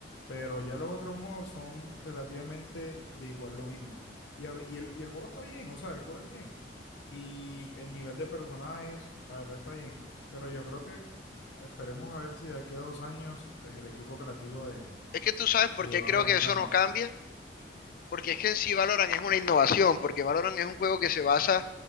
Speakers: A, on the left; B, on the left.
A: pero ya los otros modos son relativamente de igual lo mismo. Y, a ve- y, el, y el juego está bien, o sea, el juego es bien. Y el nivel de personajes, la verdad está bien, pero yo creo que esperemos a ver si de aquí a dos años, pues el equipo creativo
B: Es que tú sabes por
A: de
B: qué
A: Valorant
B: creo que eso
A: cambia.
B: no cambia. Porque es que en sí Valorant es una innovación. Porque Valorant es un juego que se basa